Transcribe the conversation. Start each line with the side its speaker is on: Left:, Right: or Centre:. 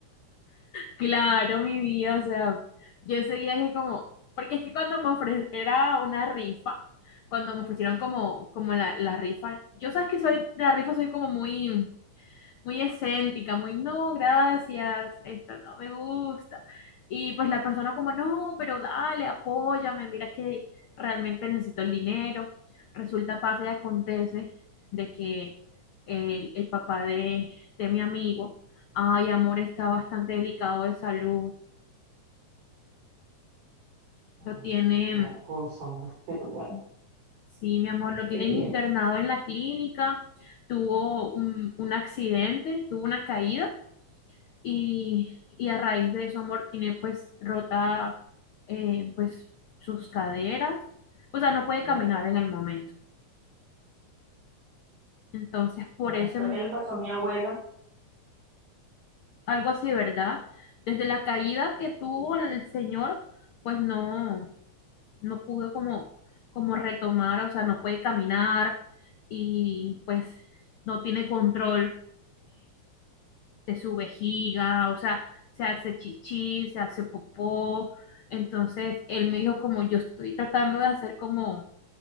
Left: Claro, mi vida, o sea, yo enseguida dije como, porque es que cuando me ofrecieron, era una rifa, cuando me ofrecieron como, como la, la rifa, yo sabes que soy, de la rifa soy como muy, muy escéntica, muy no, gracias, esto no me gusta. Y pues la persona como, no, pero dale, apóyame, mira que realmente necesito el dinero. Resulta, pasa y acontece de que el, el papá de, de mi amigo, ay, amor, está bastante delicado de salud,
Right: Ahora,
Left: lo tiene...
Right: qué va son pero bueno,
Left: Sí, mi amor, lo tienen
Right: ¿qué tiene?
Left: internado en la clínica, tuvo un un accidente, tuvo una caída y, y a raíz de eso amor tiene pues rota eh, pues sus caderas, o sea, no puede
Right: Mira,
Left: caminar en el momento. Entonces, por
Right: Ahora
Left: ese,
Right: está
Left: mo-
Right: el vaso mi abuela.
Left: algo así de verdad, desde la caída que tuvo
Right: Sí,
Left: el señor, pues no, no pudo como, como retomar, o sea, no puede caminar y pues no tiene control de su vejiga, o sea, se hace chichi, se hace popó. Entonces, él me dijo como yo estoy tratando de hacer como,